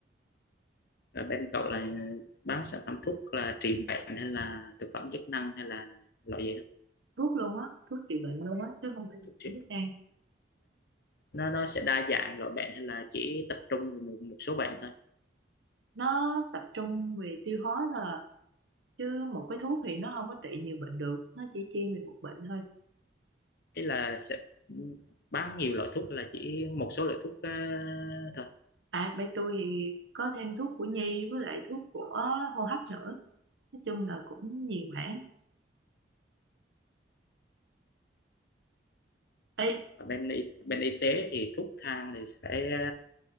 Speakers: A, on the left; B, on the right.
A: là bên cậu là bán sản phẩm thuốc là trị bệnh hay là thực phẩm chức năng hay là loại gì đó
B: thuốc luôn á thuốc trị bệnh luôn á chứ không phải thực
A: thuốc trị
B: phẩm chức năng
A: nó nó sẽ đa dạng loại bệnh hay là chỉ tập trung một, một số bệnh thôi
B: nó tập trung về tiêu hóa thôi à. chứ một cái thuốc thì nó không có trị nhiều bệnh được nó chỉ chuyên về một bệnh thôi
A: ý là sẽ bán nhiều loại thuốc hay là chỉ một số loại thuốc ờ, thôi
B: à bên tôi thì có thêm thuốc của nhi với lại thuốc của hô hấp nữa nói chung là cũng nhiều mảng ê
A: Và bên y, bên y tế thì thuốc thang thì sẽ